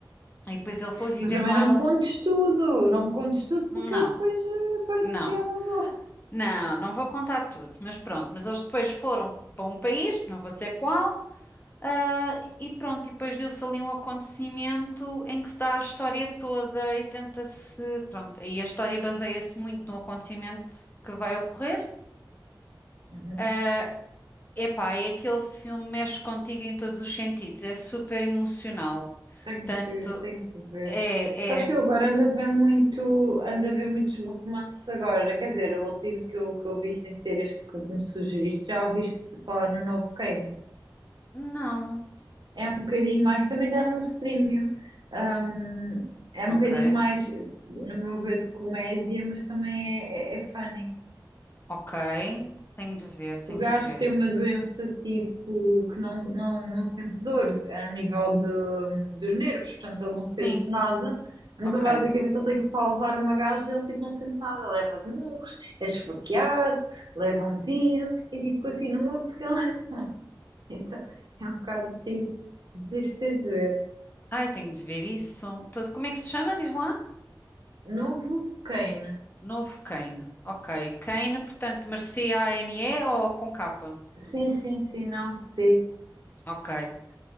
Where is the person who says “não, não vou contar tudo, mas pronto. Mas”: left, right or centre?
Left